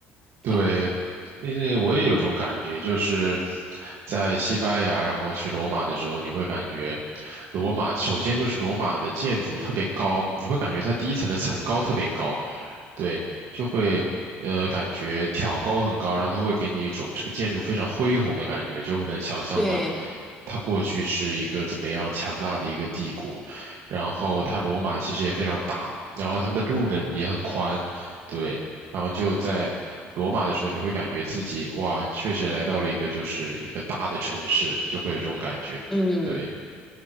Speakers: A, on the right (about 65°); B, in the centre.
A: 对，
B: 这样。
A: 那为我也有种感觉，就是在西班牙，然后去罗马的时候，你会感觉罗马首先就是罗马的建筑特别高，你会感觉它第一层的层高特别高，对，就会呃感觉挑高很高，然后它会给你一种这个建筑非常恢宏的感觉，就会能想象到
B: 对，
A: 它过去是一个怎么样强大的一个帝国，然后它罗马其实也非常大，然后他们的路呢也很宽，对，然后就在罗马的时候，你会感觉自己哇，确实来到了一个就是一个大的城市，就会有这种感觉，
B: 嗯
A: 对，